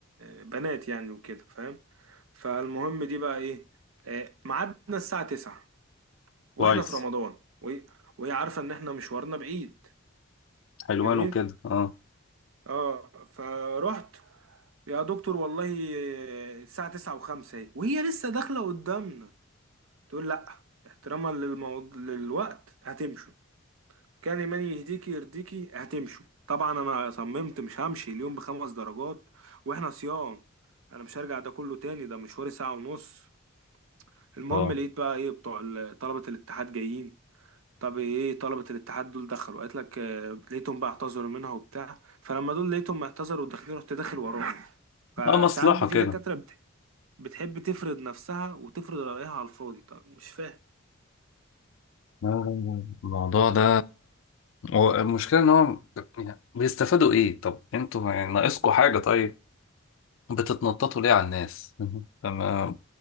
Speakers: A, on the right; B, on the left.
A: آه، بنات يعني وكده فاهم فالمهم دي بقى ايه آه، ميعادنا الساعة 9 واحنا
B: كويس
A: في رمضان وهي وهي عارفة ان احنا مشوارنا بعيد
B: حلوان
A: جميل
B: وكده اه
A: اه فرحت يا دكتور والله الساعة تسعة وخمسة اهي وهي لسه داخلة قدامنا تقول لأ احتراما للموض... للوقت هتمشوا كان إيماني يهديكي يرضيكي هتمشوا طبعا أنا صممت مش همشي اليوم بخمس درجات وإحنا صيام أنا مش هرجع ده كله تاني ده مشواري ساعة ونص المهم
B: اه
A: لقيت بقى إيه بتوع ال- طلبة الاتحاد جايين طب ايه طلبة الاتحاد دول دخلوا قالت لك آه، لقيتهم بقى اعتذروا منها وبتاع فلما دول لقيتهم اعتذروا وداخلين رحت داخل وراهم فساعات
B: اه مصلحة
A: في
B: كده
A: دكاترة بت- بتحب تفرض نفسها وتفرض رأيها على الفاضي طب مش فاهم
B: آه، الموضوع ده هو المشكلة ان هو يعني بيستفادوا ايه طب انتوا يعني ناقصكوا حاجة طيب بتتنططوا ليه على الناس فما